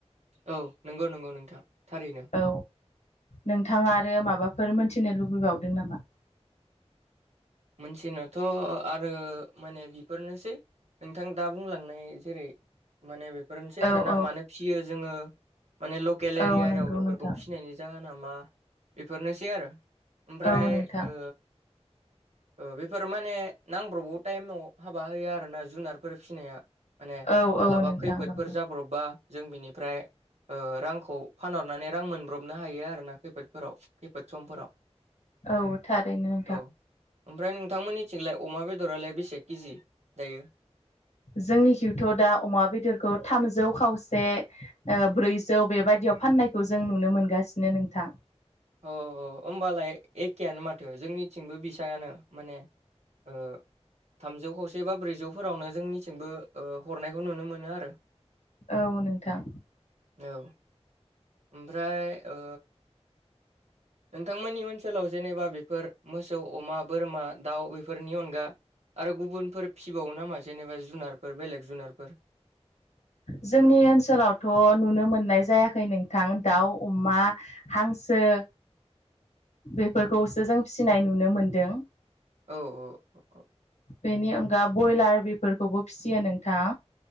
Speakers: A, on the right; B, on the left.
A: औ नंगौ नंगौ नोंथां थारैनो।
B: औ नोंथाङा आरो माबाफोर मोनथिनो लुबैबावदों नामा?
A: मोनथिनोथ' आरो माने बेफोरनोसै। नोंथां दा बुंलांनाय जेरै माने बेफोरनोसै
B: औ
A: आरो ना
B: औ
A: मानो फिसियो जोङो माने लग खेल
B: औ
A: एरियायाव
B: नंगौ
A: बेफोरखौ
B: नोंथां
A: फिसिनि जाहोन नामा बेफोरनोसै आरो ओमफ्राय
B: औ नोंथां
A: ओ ओ बेफोर माने नांब्रबगौ टाइमाव हाबा होयो आरोना जुनारफोर फिसिनायनो। माने
B: औ
A: मालाबा
B: औ नोंथां
A: खैफोदफोर
B: नंगौ
A: जाब्रबबा जों बिनिफ्राय ओ रांखौ फानहरनानै रां मोनब्रबनो हायो आरोना खैफोदफोराव खैफोद समफोराव।
B: औ थारैनो।
A: औ ओमफ्राय नोंथां मोननिथिंलाय अमा बेदरालाय बेसे केजि दायो?
B: जोंनिखिथ' दा अमा बेदरखौ थामजौ खावसे ओ ब्रैजौ बेबायदियाव फाननायखौ जों नुनो मोनगासिनो नोंथां।
A: औ औ होमबालाय एखेयानो माथो जोंनिथिंबो बिसायानो माने ओ थामजौ खावसे बा ब्रैजौफोरावनो जोंनिथिंबो ओ हरनायखौ नुनो मोनो आरो।
B: औ नोंथां।
A: औ ओमफ्राय ओ नोंथांमोननि ओनसोलाव जेनेबा बेफोर मोसौ अमा बोरमा दाउ बेफोरनि अनगा आरो गुबुनफोर फिबावो नामा जेनेबा जुनारफोर बेलेग जुनारफोर?
B: जोंनि ओनसोलावथ' नुनो मोननाय जायाखै नोंथां दाउ अमा हांसो बेफोरखौसो जों फिसिनाय नुनो मोनदों।
A: औ औ औ।
B: बेनि अनगा बयलार बेफोरखौबो फिसियो नोंथां।